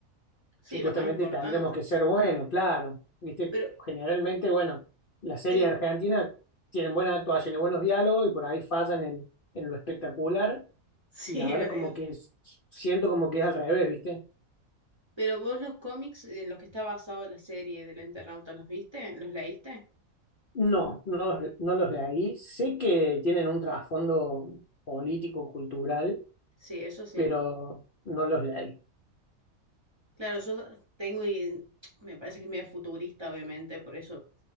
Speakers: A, on the right; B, on the left.
A: sí,
B: supuestamente
A: lo más importante.
B: tendremos que ser buenos, claro. Viste,
A: Pero
B: generalmente, bueno, las series
A: el,
B: argentinas tienen buenas actuaciones, buenos diálogos y por ahí fallan en, en lo espectacular.
A: <laughs> sí,
B: Y ahora
A: el, el-
B: como que es- siento como que es al revés, ¿viste?
A: pero vos los cómics en los que está basado la serie del Eternauta, ¿los viste? ¿Los leíste?
B: No, no, los- no los leí. Sé que tienen un trasfondo político, cultural,
A: Sí, eso sí.
B: pero no los leí.
A: Claro, yo tengo y me parece que es medio futurista, obviamente, por eso